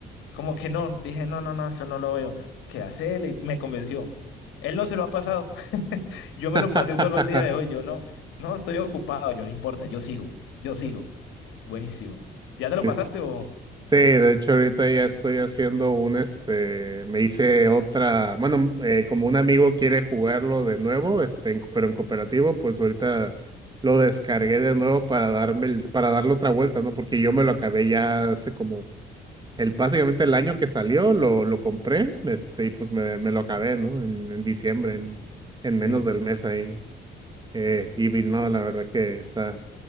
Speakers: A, on the left (about 85°); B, on the right (about 20°).
A: Como que no, dije, no, no, no, eso no lo veo. ¿Qué hace él? Y me convenció. Él no se lo ha pasado. <laughs> Yo me
B: <laughs>
A: lo pasé solo al día de hoy. Yo no, no, estoy ocupado. Yo no importa, yo sigo, yo sigo. Buenísimo. ¿Ya
B: Sí,
A: te lo pasaste
B: Sí,
A: o...?
B: de hecho ahorita ya estoy haciendo un, este, me hice otra, bueno, eh, como un amigo quiere jugarlo de nuevo, este, en- pero en cooperativo, pues ahorita lo descargué de nuevo para darme, el- para darle otra vuelta, ¿no? Porque yo me lo acabé ya hace como, pues, el, básicamente el año que salió, lo, lo compré, este, y pues me, me lo acabé, ¿no? En, en diciembre, en, en menos
A: Sí.
B: del mes ahí. Eh, y vi- no, la verdad que está.